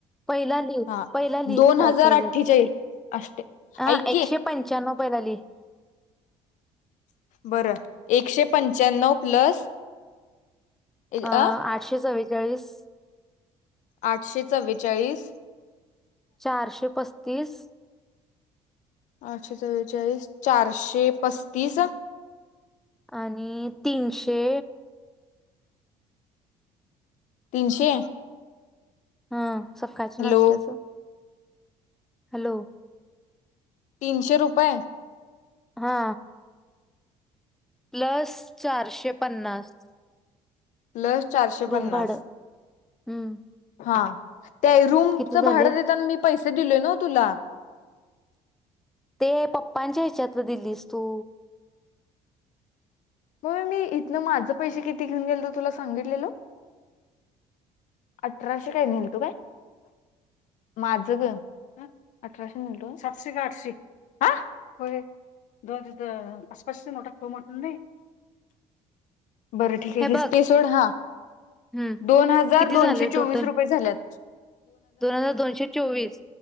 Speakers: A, in the centre; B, on the left (about 65°).
A: पहिला लिह
B: हा
A: पहिला लि
B: दोन
A: काय
B: हजार
A: केलंय
B: अठ्ठेचाळीस
A: ते,
B: अष्टे
A: हा
B: ऐक की
A: एकशे पंच्यान्नव पहिल लिह
B: बरं एकशे पंच्याण्णव प्लस
A: अं
B: अ
A: आठशे चव्वेचाळीस.
B: आठशे चव्वेचाळीस.
A: चारशे पस्तीस.
B: आठशे चव्वेचाळीस चारशे पस्तीस
A: आणि तीनशे,
B: तीनशे.
A: हा सकाळचं
B: हॅलो
A: नाश्त्याचं. हॅलो,
B: तीनशे रुपये,
A: हा, प्लस चारशे पन्नास.
B: प्लस चारशे
A: रूम
B: पन्नास.
A: भाडं हम्म,
B: हा त्या रूमच
A: किती झाले
B: भाडं देताना मी पैसे दिले ना तुला
A: ते पप्पांच्या ह्याच्यातल दिलस तू,
B: मग मी इथनं माझं पैसे किती घेऊन गेलतो तुला सांगितलेलो. अठराशे काय न्हेलतो काय? माझं ग ह अठराशे <unintelligible> सातशे का आठशे हा होय, <unintelligible> आसपासच्या नोटा ठेव म्हटला नहीं, बर ठीक
A: हे
B: आहे किस
A: बघ
B: ते सोड हा
A: हम्म
B: दोन हजार
A: किती
B: दोनशे
A: झाले टोटल
B: चोवीस रुपये झाल्यात.
A: दोन हजार दोनशे चोवीस.